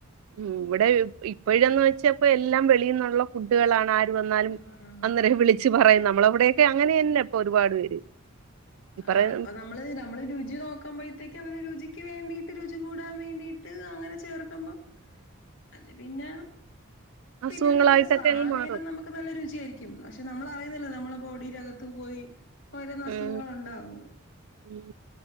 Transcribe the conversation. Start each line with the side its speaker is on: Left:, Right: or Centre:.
Right: ഉം ഇവിടെ ഇപ്പോഴാന്ന് വെച്ചപ്പോ എല്ലാം വെളിയന്നുള്ള ഫുഡുകളാണ് ആ വന്നാലും
Left: ആഹ്
Right: അന്നേരക്കെ വിളിച്ച് പറയും നമ്മളവിടെയൊക്കെ അങ്ങനെ തന്നെ ഇപ്പൊ ഒരുപാട് പേര് ഈ പറയ
Left: ആഹ് അപ്പ നമ്മ നമ്മള് നമ്മള് രുചി നോക്കുമ്പഴ്ത്തേക്ക് അവര് രുചിക്ക് വേണ്ടിട്ട് രുചി കൂടാൻ വേണ്ടിയിട്ട് അങ്ങനെ ചേർ <unintelligible> അത് പിന്നാ
Right: അസുഖങ്ങളായിട്ടൊക്കെ
Left: പിന്നത്തേക്ക് സ
Right: അങ്ങ്
Left: ആ
Right: മാറും
Left: നേരം നമ്മക്ക് നല്ല രുചിയായിരിക്കും പക്ഷെ നമ്മളറിയുന്നില്ലാ നമ്മളെ ബോഡിടകത്ത് പോയി <unintelligible>
Right: ഉം
Left: ഉണ്ടാവുന്നത്
Right: ഉം